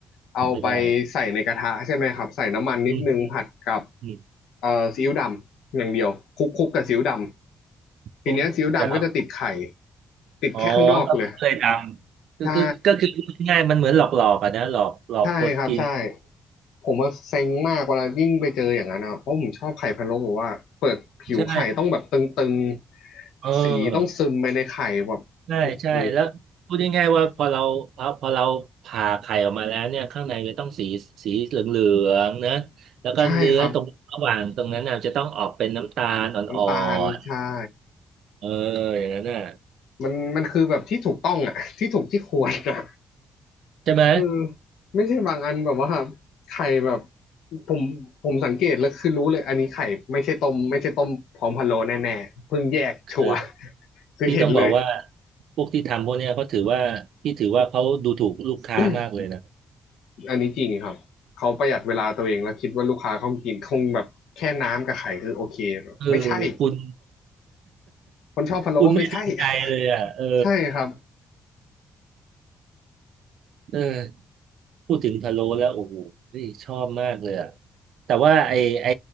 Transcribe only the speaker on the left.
เอาไปใส่ในกระทะใช่ไหมครับใส่น้ำมันนิดนึงผัดกับ
เอ่อซีอิ๊วดำอย่างเดียวคลุกคลุกกับซีอิ๊วดำทีเนี้ยซีอิ๊วดำก็จะติดไข่
ติดแค่ข้างนอกเลย
ใช่ ใช่ครับใช่ผมว่าเซ็งมากเวลายิ่งไปเจออย่างนั้นนะเพราะผมชอบไข่พะโล้แบบว่าเปิดผิวไข่ต้องแบบตึง
ๆสีต้องซึมไปในไข่แบบโอ้โห
ใช่ครับน้ำตาลใช่
มันมันคือแบบที่ถูกต้องอ่ะ <laughs> ที่ถูกที่ควรอ่ะ
เออไม่ใช่บางอันแบบว่าไข่แบบผมผมสังเกตแล้วคือรู้เลยอันนี้ไข่ไม่ใช่ต้มไม่ใช่ต้มพร้อมพะโล้แน่ๆเพิ่งแยกชัวร์
<laughs> คือเห็นเลย
<coughs> อันนี้จริงครับเขาประหยัดเวลาตัวเองแล้วคิดว่าลูกค้าเขากินคงแบบแค่น้ำกับไข่คือโอเคแบบไม่ใช่
คนชอบพะโล้ไม่ใช่
<laughs> ใช่ครับ